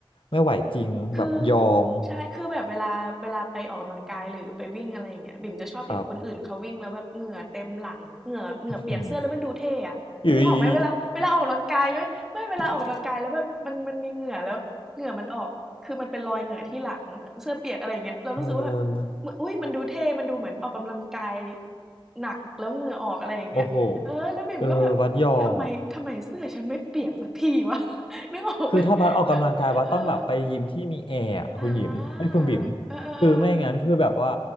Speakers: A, on the left; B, in the centre.
A: ไม่ไหวจริงแบบยอม
B: คือใช่คือแบบเวลาเวลาไปออกกำลังกายหรือไปวิ่งอะไรอย่างเงี้ยบิ่มจะชอบเห็นคนอื่นเขาวิ่งแล้วแบบเหงื่อเต็มหลังเหงื่อเหงื่อเปียกเสื้อแล้วมันดูเท่อะนึกออกไหมเวลาเวลาออกกำลังกายไหมไม่เวลาออกกำลังกายแล้วแบบมันมันมีเหงื่อแล้วเหงื่อมันออกคือมันเป็นรอยเหงื่อที่หลังเสื้อเปียกอะไรอย่างเงี้ยเรารู้สึกว่าแบบ
A: ครับ <laughs> อืมอยู่อีกเออ
B: อุ้ยมันดูเท่มันดูเหมือนออกกำลังกายหนักแล้วเหงื่อออกอะไรอย่างเงี้ยเออแล้วบิ่มก็แบบทำไมทำไมเสื้อฉันไม่เปียกสักทีวะ
A: โอ้โหเออวัดยอมอ่ะ
B: <laughs> นึกออกไหม
A: คือถ้าบัสออกกำลังกายบัสต้องแบบไปยิมที่มีแอร์อะคุณหยิมไอ้ยคุณบิ๋ม
B: เออ อาเออ
A: คือไม่งั้นคือแบบว่า
B: ๆๆ